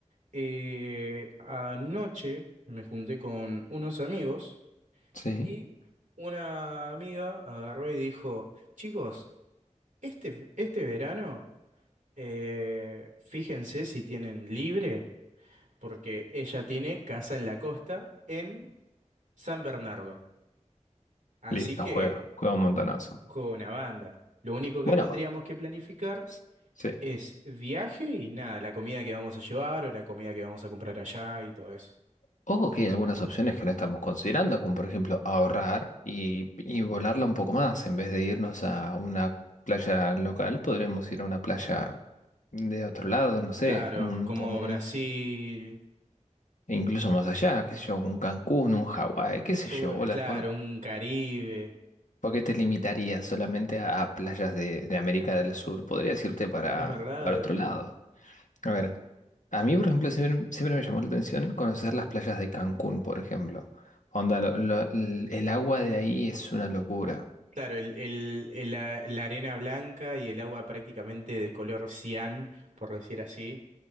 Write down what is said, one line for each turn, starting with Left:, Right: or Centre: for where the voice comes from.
Right: eh, anoche me junté con unos amigos
Left: Sí.
Right: y una amiga agarró y dijo, chicos, este, este verano, eh, fíjense si tienen libre, porque ella tiene casa en la costa en San Bernardo. Así
Left: Listo,
Right: que,
Left: juega, juega un montonazo.
Right: juego una banda. Lo único que
Left: Bueno,
Right: tendríamos que planificar
Left: s- sí.
Right: Es viaje y nada, la comida que vamos a llevar o la comida que vamos a comprar allá y todo eso.
Left: Ojo que hay algunas opciones que no estamos considerando, como por ejemplo ahorrar y, y volarla un poco más. En vez de irnos a una playa local, podremos ir a una playa de otro lado, no sé,
Right: Claro,
Left: un,
Right: como
Left: un-
Right: Brasil,
Left: incluso más allá, qué sé yo, un Cancún, un Hawái, qué sé
Right: u-
Left: yo,
Right: eh,
Left: bola,
Right: claro, un Caribe.
Left: ¿Por qué te limitarías solamente a, a playas de, de América del Sur? Podrías irte para,
Right: Es verdad,
Left: para otro
Right: es verdad.
Left: lado. A ver, a mí, por ejemplo, siempre, siempre me llamó la atención conocer las playas de Cancún, por ejemplo. Onda, lo- lo- l- el agua de ahí es una locura.
Right: Claro, el, el- el- la, la arena blanca y el agua prácticamente de color cian, por decir así.